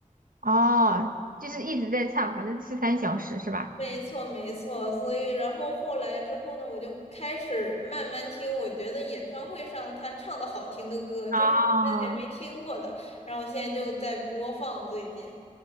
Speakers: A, on the right; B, on the left.
A: 哦，就是一直在唱，反正是三小时是吧？
B: 没错，没错。所以，然后后来之后呢，我就开始慢慢听，我觉得演唱会上他唱的好听的歌，就是之前没听过的，
A: 哦，
B: 然后我现在就在播放最近。